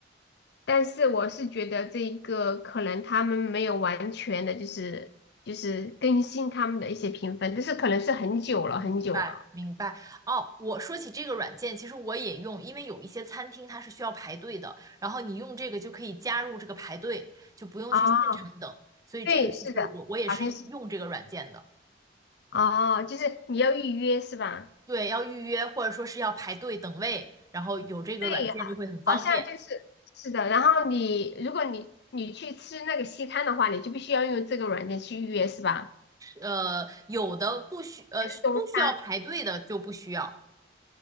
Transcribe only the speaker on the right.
明白明白哦，我说起这个软件，其实我也用，因为有一些餐厅它是需要排队的，然后你用这个就可以加入这个排队，就不用去现场等。
所以这个其实我我也是用这个软件的，
对，要预约或者说是要排队等位，然后有这个软件就会很方便。
呃，有的不需呃不需要排队的就不需要